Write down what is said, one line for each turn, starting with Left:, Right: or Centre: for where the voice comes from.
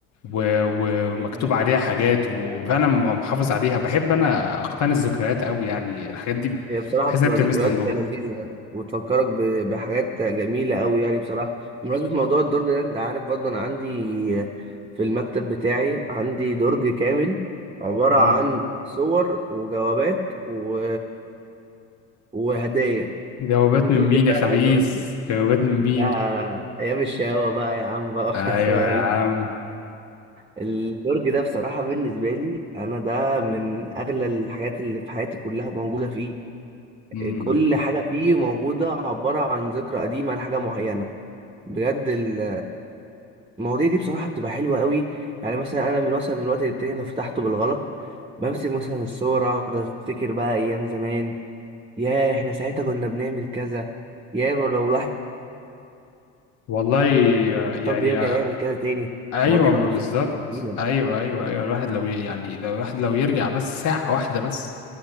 Left: و- ومكتوب
Right: يعني
Left: عليها حاجات وفعلا م- محافظ عليها بحب انا اقتني الذكريات قوي يعني الحاجات دي
Right: هي بصراحه
Left: بحس
Right: بتبقى
Left: انها بتلمسني
Right: ذكريات
Left: من جوه
Right: لذيذه وتفكرك ب- بحاجات جميله قوي يعني بصراحه بمناسبه موضوع الدرج ده انت عارف برضه انا عندي في المكتب بتاعي عندي درج كامل عباره
Left: مم.
Right: عن صور وجوابات و... وهدايا
Left: جوابات
Right: الدرج
Left: من مين
Right: ده
Left: يا خبيث
Right: عايز اقول لك
Left: جوابات من
Right: ده
Left: مين
Right: ايام الشقاوه بقى يا عم بقى <laughs>
Left: ايوه يا عم
Right: البرج ده بصراحة بالنسبة لي أنا ده من أغلى الحاجات اللي في حياتي كلها موجودة فيه
Left: امم
Right: كل حاجة فيه موجودة عبارة عن ذكرى قديمة لحاجة معينة بجد ال- المواضيع دي بصراحة بتبقى حلوة قوي يعني مثلا أنا من مثلا من وقت للتاني لو فتحته بالغلط بمسك مثلا الصور أقعد أفتكر بقى أيام زمان ياه إحنا ساعتها كنا بنعمل كذا ياه لو الواحد
Left: والله يعني
Right: طب يرجع يعمل كذا تاني
Left: ايوه
Right: المواضيع
Left: بالظبط
Right: برضو بصراحة جميلة
Left: ايوه ايوه ايوه الواحد لو ي- يعني لو الواحد لو يرجع بس ساعه واحده بس